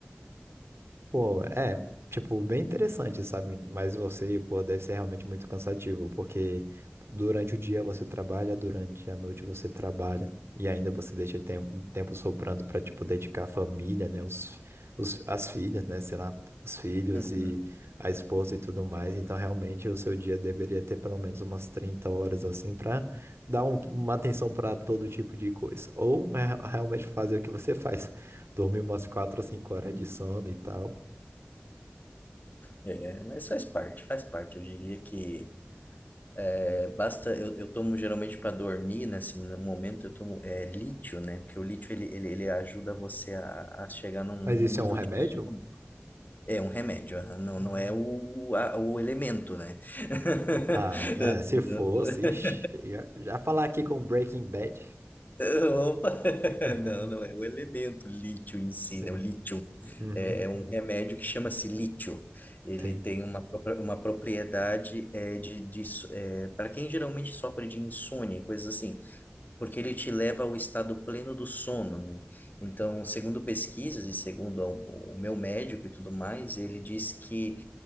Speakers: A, on the right; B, on the left.
A: Pô, é, tipo, bem interessante, sabe? Mas você, pô, deve ser realmente muito cansativo, porque durante o dia você trabalha, durante a noite você trabalha, e ainda você deixa tem- um tempo sobrando pra, tipo, dedicar a família, né? Os, os, as filhas, né? Sei lá, os filhos
B: Uhum.
A: e a esposa e tudo mais. Então, realmente, o seu dia deveria ter pelo menos umas 30 horas, assim, pra dar um- uma atenção pra todo tipo de coisa. Ou é, realmente fazer o que você <laughs> faz dormir umas 4 ou 5 horas de sono e tal.
B: É, mas faz parte, faz parte. Eu diria que é, basta. Eu, eu tomo geralmente para dormir, né? Assim, no momento eu tomo é, lítio, né? Porque o lítio ele, ele, ele ajuda você a, a chegar num,
A: Mas
B: num
A: isso
B: nível
A: é um remédio?
B: de sono. É um remédio, aham. não,
A: Não.
B: não é o, a- o elemento, né? <laughs>
A: Ah, é, se fosse, ixi, já, já falar aqui com Breaking Bad.
B: Opa! <laughs>
A: <laughs>
B: Não, não é o elemento lítio em si,
A: Sim.
B: né? O lítio
A: Uhum,
B: é é um remédio que chama-se lítio. Ele
A: sim.
B: tem uma, propra- uma propriedade é, de, de so- é, para quem geralmente sofre de insônia e coisas assim, porque ele te leva ao estado pleno do sono, né? Então, segundo pesquisas e segundo a- o meu médico e tudo mais, ele diz que